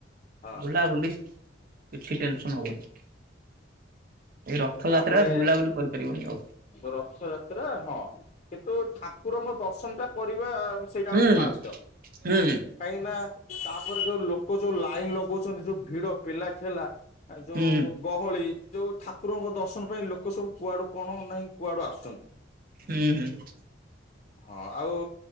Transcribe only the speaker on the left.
ହଁ
ତାପରେ
ରଥଯାତ୍ରା ହଁ କିନ୍ତୁ ଠାକୁରଙ୍କ ଦର୍ଶନ ଟା କରିବା ସେଇଟା
ହଉଛି ଫାଷ୍ଟ।
କାହିଁକି ନା ତାପରେ ଯୋଉ ଲୋକ ଯୋଉ ଲାଇନ ଲଗଉଛନ୍ତି ଯୋଉ ଭିଡ ପେଲା ଠେଲା। ଏ ଯୋଉ
ଗହଳି ଯୋଉ ଠା ଠାକୁରଙ୍କ ଦର୍ଶନ ପାଇଁ ଲୋକ ସବୁ କୁଆଡୁ କଣ ନାହିଁ କୁଆଡୁ ଆସୁଛନ୍ତି।
ହଁ ଆଉ